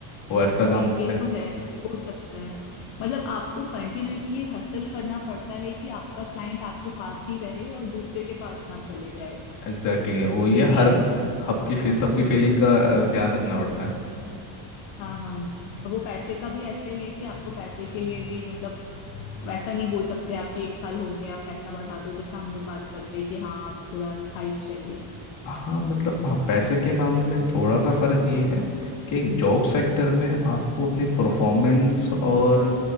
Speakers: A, on the left (about 65°); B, on the left (about 85°).
A: वो एक्स्ट्रा काम
B: नहीं
A: करते।
B: ये तो है हो सकता है मतलब आपको कंटिन्यूअसली हसल करना पड़ता है कि आपका क्लाइंट आपके पास ही रहे और दूसरे के पास ना चले जाए
A: एग्जैक्टली exactly, वो ये
B: ये भी
A: हर
B: है
A: सबकी फी- सबकी फीलिंग का अ, ध्यान रखना पड़ता है
B: हाँ हाँ और वो पैसे का भी ऐसा ही है कि आपको पैसे के लिए भी मतलब वैसा नहीं बोल सकते आपकी एक साल हो गया आप पैसा बढ़ा दो जैसा हम लोग बात करते हैं कि हाँ आप थोड़ा हाइक चाहिए
A: हाँ मतलब हाँ पैसे के मामले में थोड़ा सा फर्क ये है कि जॉब सेक्टर में आपको अपनी परफॉर्मेंस और